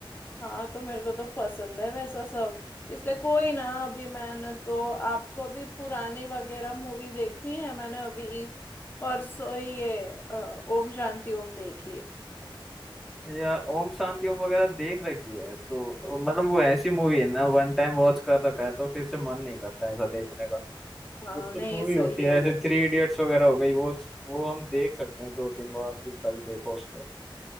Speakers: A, on the left; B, in the centre.
A: हाँ तो मेरे को तो पसंद है वैसा सब इसलिए कोई ना अभी मैंने तो आपको भी पुरानी वगैरह मूवी देखनी है मैंने अभी परसों ही ये अ, ओम शांति ओम देखी
B: यार ओम शांति ओम वगैरह देख रखी है तो मतलब वो ऐसी मूवी है ना वन टाइम वॉच कर रखा है तो फिर से मन नहीं करता ऐसा देखने का
A: हाँ
B: कुछ कुछ
A: नहीं
B: मूवी
A: सही
B: होती
A: है
B: है जैसे
A: वो भी
B: थ्री इडियट्स वगैरह हो गई वो वो हम देख सकते हैं दो तीन बार जितना भी देखो उसको